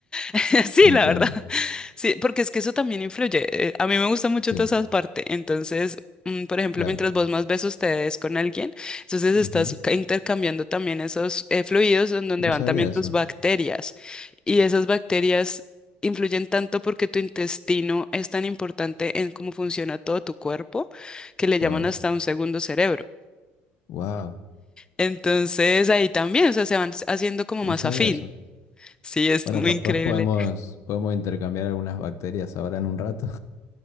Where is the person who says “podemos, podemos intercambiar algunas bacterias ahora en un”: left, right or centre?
Left